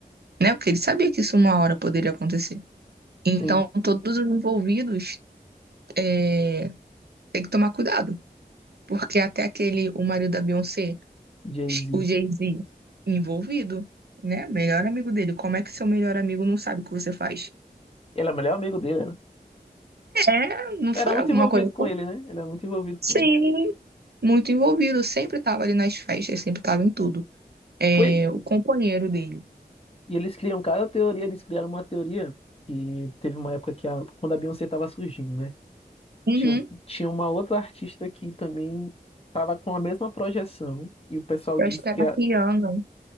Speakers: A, on the right (about 80°); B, on the left (about 35°).
A: né? Porque ele sabia que isso uma hora poderia acontecer. Então
B: Sim,
A: todos os envolvidos é, têm que tomar cuidado. Porque até aquele, o marido da Beyoncé,
B: Jay-Z.
A: o Jay-Z, envolvido, né? Melhor amigo dele. Como é que seu melhor amigo não sabe o que você faz?
B: Ele é o melhor amigo dele, né?
A: É, não
B: Era
A: foi
B: muito
A: alguma
B: envolvido
A: coisa.
B: com ele, né? Ele era muito envolvido
A: Sim,
B: com ele.
A: muito envolvido. Sempre estava ali nas festas, sempre estava em tudo. É,
B: Foi.
A: o companheiro dele.
B: E eles criam cada teoria, eles criaram uma teoria que teve uma época que a, quando a Beyoncé tava surgindo, né?
A: Uhum.
B: Tinha, um- tinha uma outra artista que também tava com a mesma projeção e o pessoal
A: Eu
B: disse
A: acho que
B: que
A: era
B: a,
A: Rihanna.